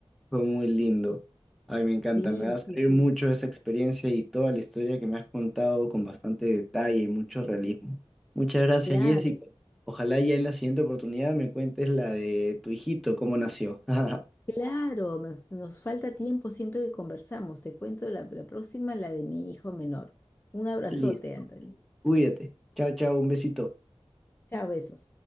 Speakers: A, in the centre; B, on the left.
A: Fue muy lindo. Ay, me encanta.
B: Sí,
A: Me va a servir
B: sí, sí.
A: mucho esa experiencia y toda la historia que me has contado con bastante detalle y mucho realismo. Muchas gracias,
B: Claro,
A: Jessica. Ojalá ya en la siguiente oportunidad me cuentes la de tu hijito, cómo nació. <laughs>
B: claro, me- nos falta tiempo siempre que conversamos. Te cuento la, la próxima, la de mi hijo menor. Un abrazote,
A: Listo.
B: Antonio.
A: Cuídate. Chao, chao. Un besito.
B: Chao, besos.